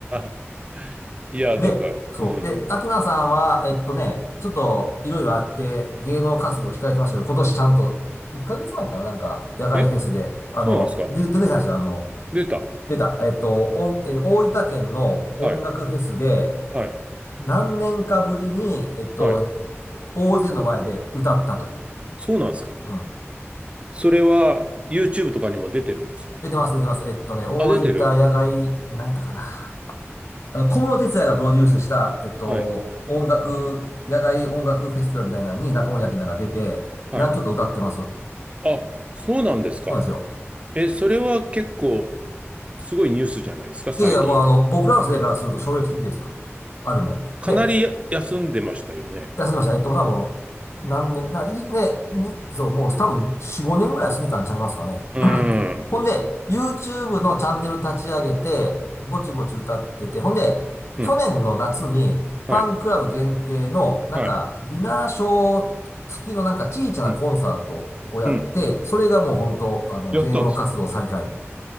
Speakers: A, on the right; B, on the left.
A: ん <laughs> いや、
B: の
A: だから、
B: <laughs> で、そう。
A: うん。
B: で、アキナさんは、えっとね、ちょっといろいろあって芸能活動を控えてましたけど、今年ちゃんと1ヶ月前かな、なんか、野外フェスで、
A: え、
B: あの、
A: そうなんですか
B: で、出てきたんですよ。あの、
A: 出た。
B: 出た。えっと、おんえ大分県の音楽フェスで、
A: はい、はい、
B: 何年かぶりに、えっと、
A: はい。
B: 大勢の前で歌ったという。
A: そうなんですか
B: うん。
A: それは YouTube とかにも出てるんですか
B: 出てます、出てます。えっとね、大分野外、
A: あ、出てる。
B: 何やったかな。あの、小室哲哉がプロデュースした、えっと、
A: はい。
B: 音楽、野外音楽フェスティバルみたいなのに中森明菜が出て、
A: はい。
B: 何曲か歌ってます。そう
A: あ、そうなんですか。
B: なんですよ。
A: え、それは結構すごいニュースじゃないですか、最近。
B: いやいや、もうあの、僕らの世代からすると衝撃的ですよ。あるもん。
A: かなりや休んでましたよね。
B: で、休んでました。えっと、多分、何年、な、いね、に、そう、もう多分4、5年ぐらい住んでたんちゃいますかね。
A: うーん。
B: ほんで、YouTube のチャンネル立ち上げて、ぼちぼち歌ってて、ほんで、
A: うん。
B: 去年の夏に、ファンクラブ限定の、
A: はい。
B: なんか、
A: はい。
B: ディナーショー付きのなんか小さなコンサートをやって、
A: うん。うん。
B: それがもう本当、あの、
A: やったんですか。
B: 芸能活動再開。